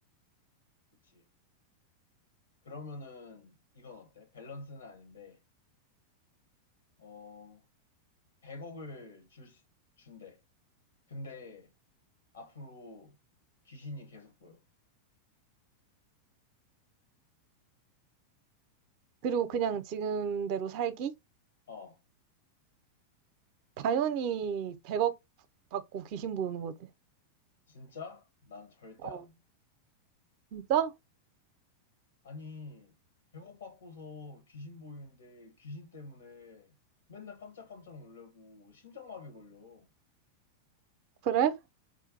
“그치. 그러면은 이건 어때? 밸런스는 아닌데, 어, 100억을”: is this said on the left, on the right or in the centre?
Left